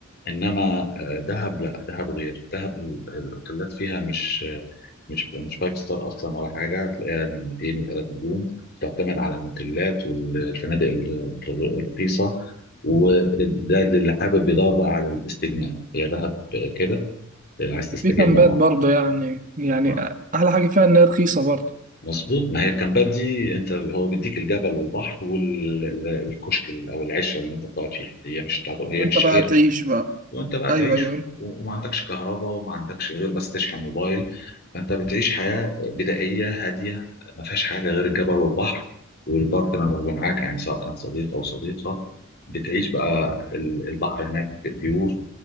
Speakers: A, on the left; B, on the right.
A: انما آه، دهب لا دهب غير دهب ال- الاوتيلات فيها مش آه، مش مش فايف ستار اصلا ولا حاجه تلاقيها نجمتين وثلاث نجوم تعتمد على الموتيلات والفنادق ال- الرخيصه وده اللي حابب يدور بقى على الاستجمام هي دهب كده عايز تستجم
B: في كامبات
A: اه
B: برضه يعني يعني
A: آه.
B: أحلى حاجة فيها إن هي رخيصة برضه
A: مظبوط ما هي الكامبات دي انت هو بيديك الجبل والبحر والكشك او العشه اللي انت بتقعد فيها هي مش تعض- هي
B: وأنت
A: مش
B: بقى
A: شاليه
B: تعيش
A: اصلا
B: بقى
A: وانت بقى
B: أيوه
A: تعيش
B: أيوه
A: و- وما عندكش كهرباء وما عندكش غير بس تشحن موبايل فانت بتعيش حياه بدائيه هاديه ما فيهاش حاجه غير الجبل والبحر والبارتنر اللي معاك يعني سواء كان صديق او صديقه بتعيش بقى ال- البحر هناك بيور